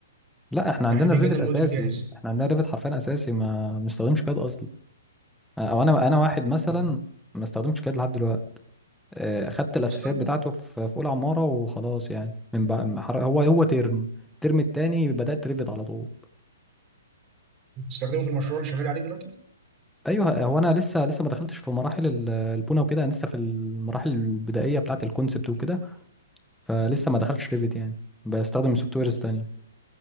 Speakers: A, in the centre; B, on the right.
A: لا احنا
B: يعني
A: عندنا
B: إحنا بيجي
A: الريفت
B: لنا الموديل
A: اساسي
B: جاهز
A: احنا عندنا الريفت حرفيا اساسي ما بنستخدمش كاد اصلا او انا انا واحد مثلا
B: آه.
A: ما استخدمش كاد لحد دلوقتي آه، اخدت الاساسيات
B: اصلا
A: بتاعته في في اولى عمارة وخلاص يعني من بقى هو هو ترم الترم التاني بدأت ريفت على طول
B: بتستخدمه في المشروع اللي شغال عليه دلوقتي
A: ايوه هو انا لسه لسه ما دخلتش في مراحل ال- البونه وكده انا لسه في المراحل البدائيه بتاعه الكونسبت وكده فلسه ما دخلتش ريفيت يعني بستخدم سوفت ويرز تانية